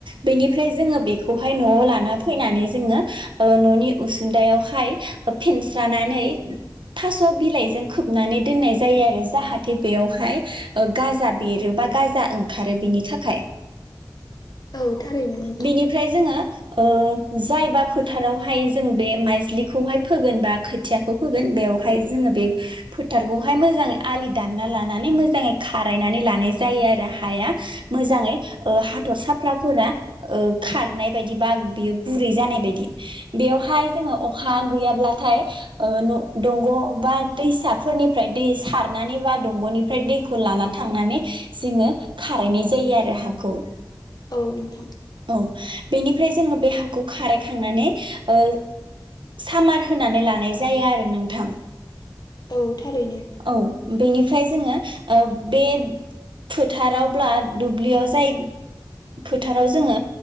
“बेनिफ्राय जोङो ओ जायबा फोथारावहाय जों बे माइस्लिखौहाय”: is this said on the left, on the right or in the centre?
Right